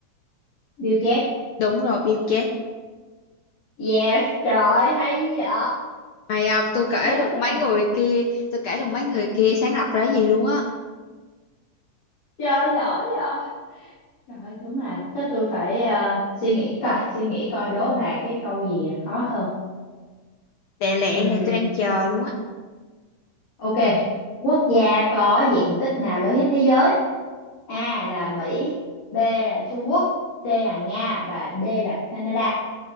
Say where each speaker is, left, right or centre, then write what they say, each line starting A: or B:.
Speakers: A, on the left (about 60°); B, on the left (about 75°).
A: Bill Gates
B: Đúng rồi Bill Gates
A: yes trời ơi, hay dữ vậy
B: Mày ông tôi kể
A: chết
B: được
A: rồi
B: mấy người kia Tôi kể được mấy người kia sáng lập ra gì luôn á
A: Trời ơi, giỏi vậy. Trời ơi, đúng là chắc tôi phải ờ, suy nghĩ coi, suy nghĩ coi đố bà cái câu gì à, khó hơn.
B: Tệ lẹ
A: Ừm,
B: này tôi đang chờ luôn á
A: ok. Quốc gia có diện tích nào lớn nhất thế giới? A là Mỹ, B là Trung Quốc, C là Nga và D là Canada.